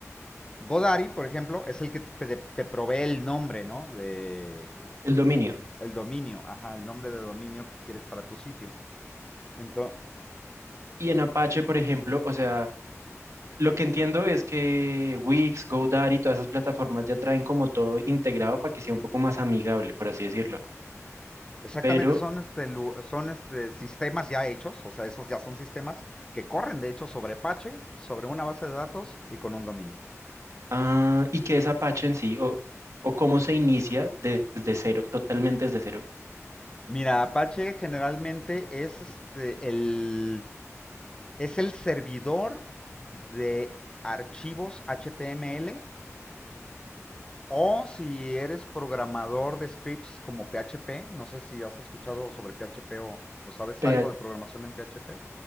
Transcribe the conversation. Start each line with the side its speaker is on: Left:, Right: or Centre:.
Left: Godaddy, por ejemplo, es el que te, te provee el nombre, ¿no? De
Right: el dominio.
Left: el dominio, ajá, el nombre de dominio que quieres para tu sitio. Entonces,
Right: Y en Apache, por ejemplo, o sea, lo que entiendo es que Wix, GoDaddy, todas esas plataformas ya traen como todo integrado para que sea un poco más amigable, por así decirlo.
Left: exactamente
Right: Pero,
Left: son este son este sistemas ya hechos, o sea, esos ya son sistemas que corren de hecho sobre Apache, sobre una base de datos y con un dominio.
Right: ah, ¿y qué es Apache en sí? ¿O, o cómo se inicia desde cero, totalmente desde cero?
Left: Mira, Apache generalmente es este el es el servidor de archivos HTML O si eres programador de scripts como PHP, no sé si has escuchado sobre PHP o, o sabes
Right: P-
Left: algo de programación en PHP.